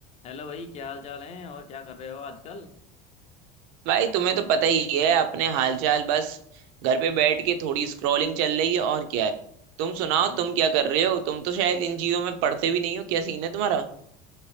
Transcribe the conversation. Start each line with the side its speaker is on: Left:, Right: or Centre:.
Left: हेलो भाई क्या हाल चाल है और क्या कर रहे हो आजकल
Right: भाई तुम्हें तो पता ही है अपने हालचाल बस घर पे बैठ के थोड़ी स्क्रॉलिंग चल रही है और क्या है तुम सुनाओ
Left: हम्म
Right: तुम क्या कर रहे हो तुम तो शायद इन चीजों में पढ़ते भी नहीं हो क्या सीन है तुम्हारा